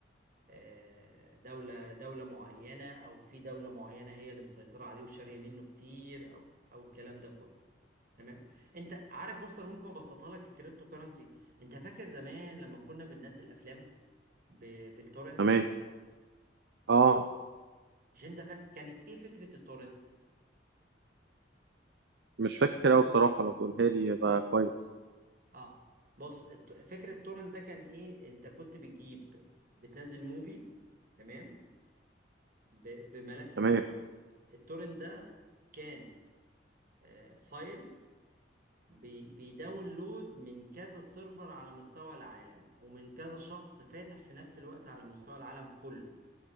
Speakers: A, on the right; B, on the right.
A: آه، دولة دولة معينة أو في دولة معينة هي اللي مسيطرة عليه وشارية منه كتير أو أو الكلام ده كله تمام أنت عارف بص أنا ممكن أبسطها لك الكريبتو كرنسي أنت فاكر زمان لما كنا بننزل أفلام ب- بالتورنت
B: تمام اه
A: مش أنت فا... كانت إيه فكرة التورنت؟
B: مش فاكر قوي بصراحه لو تقولها لي يبقى كويس
A: أه بص الت- فكرة التورنت ده كان إيه أنت كنت بتجيب بتنزل موفي تمام ب- بملف اسمه
B: تمام
A: تورنت التورنت ده كان آه، فايل بي- بيداونلود من كذا سيرفر على مستوى العالم ومن كذا شخص فاتح في نفس الوقت على مستوى العالم كله